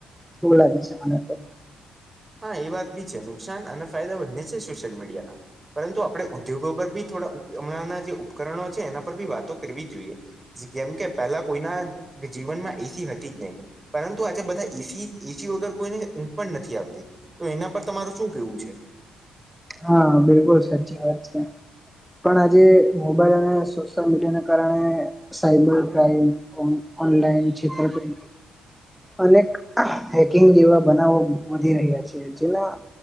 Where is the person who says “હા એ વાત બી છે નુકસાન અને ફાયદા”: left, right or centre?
Right